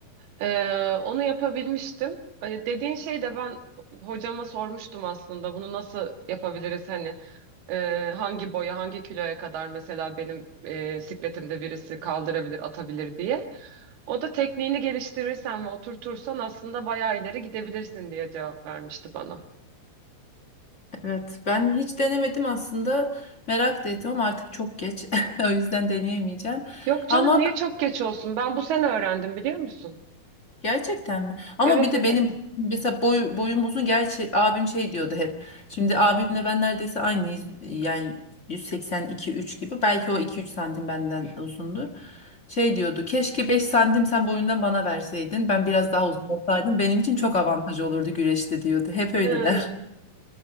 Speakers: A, on the right (about 85°); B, on the left (about 40°).
A: Ee, onu yapabilmiştim. Ee, Dediğin şey de ben hocama sormuştum aslında bunu nasıl yapabiliriz hani Ee, hangi boya, hangi kiloya kadar mesela benim e, sikletimde birisi kaldırabilir, atabilir diye. O da tekniğini geliştirirsen ve oturtursan aslında bayağı ileri gidebilirsin diye cevap vermişti bana.
B: Evet ben hiç denemedim aslında merak da ettim ama artık çok geç <laughs> o yüzden deneyemeyeceğim.
A: Yok canım
B: Ama
A: niye çok geç olsun? Ben bu sene öğrendim biliyor musun?
B: Gerçekten mi? Ama
A: Evet
B: bir de
A: evet.
B: benim mesela boy, boyum uzun. Gerçi abim şey diyordu hep. Şimdi abimle ben neredeyse aynıyız. Yani 182-3 gibi. Belki o 2-3 santim benden uzundur. Şey diyordu. Keşke 5 santim sen boyundan bana verseydin. Ben biraz daha uzun olsaydım. Benim için çok avantaj olurdu güreşte diyordu. Hep öyle
A: Hı.
B: der.